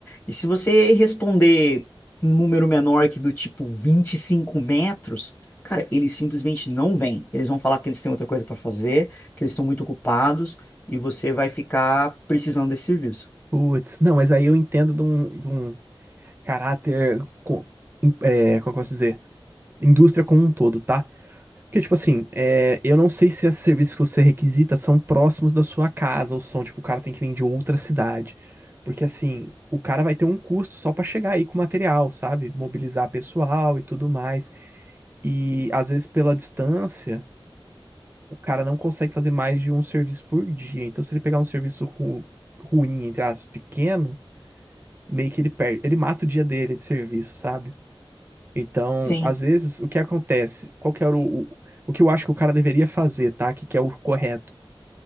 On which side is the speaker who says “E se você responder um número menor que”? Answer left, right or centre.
Left